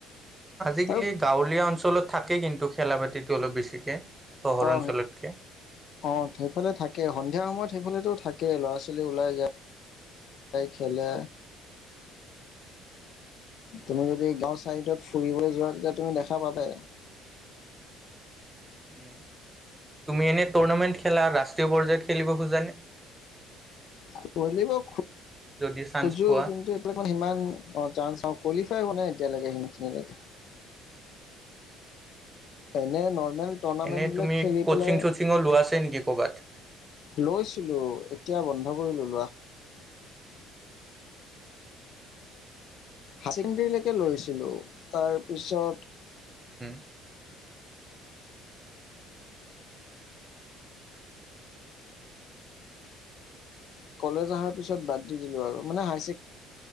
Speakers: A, on the right; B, on the left.
A: আজিকালি
B: আৰু
A: গাঁৱলীয়া অঞ্চলত থাকেই কিন্তু খেলা পাতিটো অলপ বেছিকে চহৰ
B: অ
A: অঞ্চলতকে।
B: অ সেইফালে থাকে সন্ধিয়া সময়ত সেইফালেতো থাকেই ল'ৰা-ছোৱালী ওলাই যায়। খেলে তুমি যদি গাঁও চাইডত ফুৰিবলৈ যোৱা তেতিয়া তুমি দেখা পাবই।
A: উ তুমি এনে টুৰ্ণামেণ্ট খেলা ৰাষ্ট্ৰীয় পৰ্যায়ত খেলিব খোজানে?
B: খলিব খুজো
A: যদি চান্স পোৱা
B: কিন্তু সিমান, অ চান কোৱালিফাই হোৱা নাই এতিয়ালৈকে সিখিনিলৈ এনে নৰ্মেল টুৰ্ণামেন্ট
A: এনেই
B: বিলাক
A: তুমি
B: খেলি
A: ক'চিং-চ'চিঙো
B: পেলাই
A: লোৱা আছে নেকি ক'ৰবাত?
B: লৈছিলোঁ এতিয়া বন্ধ কৰিলো লোৱা। হায় ছেকেণ্ডৰীলৈকে লৈছিলো। তাৰ পিছত
A: উম।
B: কলেজ অহাৰ পিছ বাদ দি দিলো আৰু মানে হাই ছেকেণ্ডাৰী